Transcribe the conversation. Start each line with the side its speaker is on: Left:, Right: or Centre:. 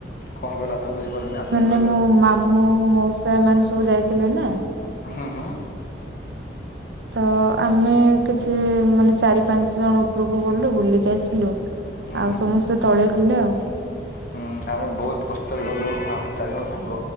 Left: କ'ଣ କହିଲେ ଆଉଥରେ ବୁଝିପାରିଲିନି ଆଉଥରେ
Right: ମାନେ
Left: କହିଲେ
Right: ମୋ ମାମୁଁ ମଉସା ଏମାନେ ସବୁ ଯାଇଥିଲେ ନା।
Left: ହୁଁ ହୁଁ।
Right: ତ ଆମେ କିଛି ମାନେ ଚାରି ପାଞ୍ଚ ଜଣ ଉପରକୁ ଗଲୁ ବୁଲିକି ଆସିଲୁ।
Left: ହୁଁ
Right: ଆଉ ସମସ୍ତେ ତଳେ ଥିଲେ ଆଉ।
Left: ହଁ ଆମେ ବହୁତ କଷ୍ଟରେ ଗଲୁ। ଆମେ ଚାରିଜଣ ସାଙ୍ଗ